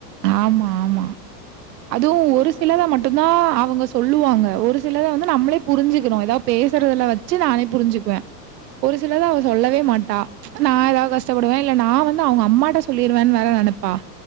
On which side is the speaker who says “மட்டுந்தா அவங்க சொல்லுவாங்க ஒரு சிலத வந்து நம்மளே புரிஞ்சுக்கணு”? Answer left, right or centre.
Right